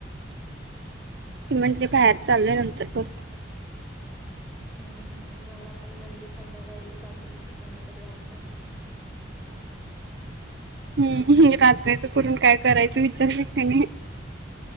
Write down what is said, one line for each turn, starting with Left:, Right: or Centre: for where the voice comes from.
Right: ते म्हण त ते बाहेर चाललय नंतर करतो
Centre: हम्म हम् मला.. पण म्हनली, संध्याकाळी रात्रीच फोन करू या. <unintelligible>
Right: हम् रात्रीच करून काय करायच, विचारलं कां नाहीं?